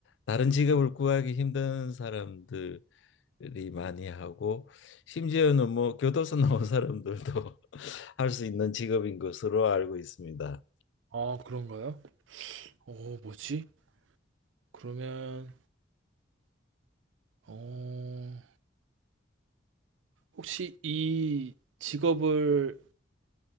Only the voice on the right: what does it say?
아, 그런가요? 어, 뭐지? 그러면 어, 혹시 이 직업을